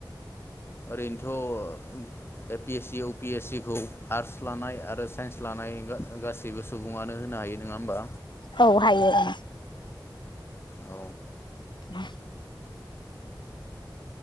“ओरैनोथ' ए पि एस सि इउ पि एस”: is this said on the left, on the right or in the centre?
Left